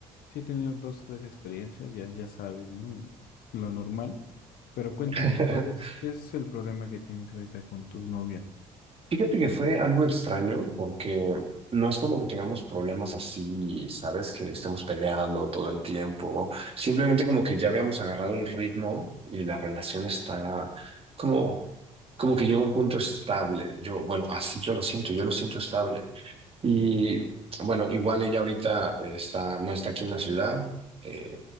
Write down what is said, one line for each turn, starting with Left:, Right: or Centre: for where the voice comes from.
Left: sí he tenido dos o tres experiencias, ya, ya sabes, ¿no? Y Lo normal. Pero cuéntame,
Right: <laughs>
Left: ¿cuál es, qué es el problema que tienes ahorita con tu novia?
Right: Fíjate que fue algo extraño porque no es como que tengamos problemas así, ¿sabes? Que estemos peleando todo el tiempo. Simplemente como que ya habíamos agarrado un ritmo y la relación está como, como que llegó a un punto estable. Yo, bueno, así yo lo siento, yo lo siento estable. Y bueno, igual ella ahorita está, no está aquí en la ciudad, eh,